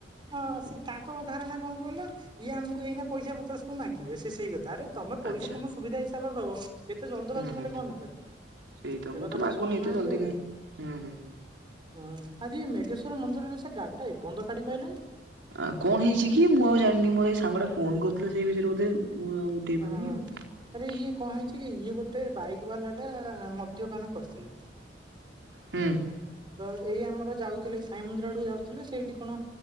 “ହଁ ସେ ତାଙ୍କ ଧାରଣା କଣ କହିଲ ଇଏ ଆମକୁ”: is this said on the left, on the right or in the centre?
Right